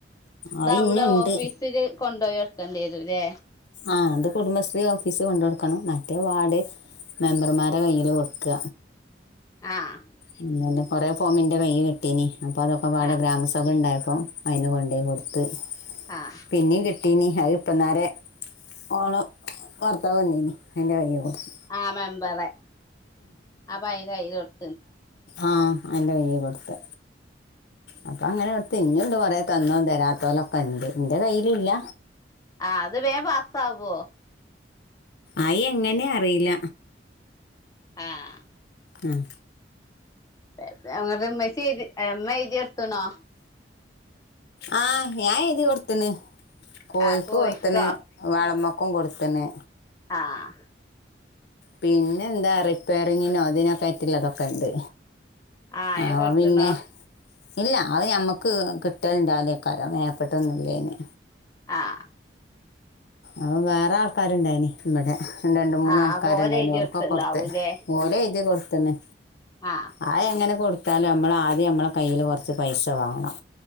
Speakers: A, on the left (about 20°); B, on the left (about 65°).
A: ഇതവടെ
B: അത് ഇനിയും ഉണ്ട്
A: ഓഫീസില് കൊണ്ടോയി കൊട്ക്കണ്ടി വരും ലേ?
B: ആഹ് അത് കുടുംബശ്രീ ഓഫീസ് കൊണ്ട് കൊടുക്കണം മറ്റേ വാർഡ് മെമ്പർമാരെ കയ്യില് കൊടുക്ക
A: ആഹ്
B: ഉം അതെന്നെ കൊറേ ഫോമ് ഇന്റെ കൈയ്യി കിട്ടീനി അപ്പൊ അതൊക്കെപാടെ
A: ആഹ്
B: ഗ്രാമസഭ ഇണ്ടായപ്പോ അയ്ന് കൊണ്ടേയ് കൊടുത്ത്
A: ആഹ്
B: പിന്നിം കിട്ടീനി അത് ഇപ്പന്നാരെ ഓള ഭർത്താവ് വന്നീനി അയ്ന്റെ കയ്യി കൊടുത്ത്
A: ആഹ് മെമ്പറെ അപ്പ അയ്ന്റെ കയ്യില് കൊട്
B: ആഹ് അയ്ന്റെ കൈയ്യിൽ കൊടുത്ത് അപ്പൊ അങ്ങനെ കൊടുത്ത്. ഇന്നിണ്ട് കൊറെ തന്നതും തരാത്തോലൊക്കെ ഇണ്ട് ഇന്റെ കയ്യില് ഇല്ല
A: ആഹ് അത് വേം പാസ്സാവോ?
B: അത് എങ്ങനെ അറീല്ല
A: ആഹ്
B: ഉം
A: <unintelligible> മ്മച്ചി എയ്തി അല്ല മ്മ എയ്തി എട്ത്ത്ണോ?
B: ആഹ് ഞാൻ എയ്തി കൊടുത്തണ് കോയിക്കു
A: ആഹ് കോഴിക്കോ
B: കൊടുത്ത്ണ് വളമക്കും കൊട്ത്ത്ണ്.
A: ആഹ്
B: പിന്നെന്താ റിപ്പയറിങ്ങിനോ അതിനൊക്കെ ആയിട്ടുള്ളതൊക്കെ ഇണ്ട്
A: ആഹ് അയിന്
B: അപ്പൊ
A: കൊടുത്ത്ണോ
B: പിന്നെ ഇല്ല അത് ഞമ്മക്ക് കിട്ടല്ണ്ടാവൂലേകാരം അത് മേപ്പെട്ടൊന്നുല്ലേന്
A: ആഹ്.
B: അത് വേറെ ആൾക്കാര് ഇണ്ടായിന് ഇബടെ ഇണ്ട് ഇണ്ട് മൂന്ന്
A: ആഹ്
B: ആൾക്കാര്
A: അപ്പൊ ഓര്
B: ഇണ്ടായിന്
A: എഴുതി
B: ഓൽക്കൊക്കെ
A: കൊടുത്ത്ണ്ടാവൂലേ
B: കൊടുത്ത് ഓല് എയ്തിയത് ഇത് പോലെ തന്നെ.
A: ആഹ്.
B: അത് എങ്ങനെ കൊടുത്താലും നമ്മള് ആദ്യം നമ്മളെ കയ്യില് കൊറച്ച് പൈസ വാണം.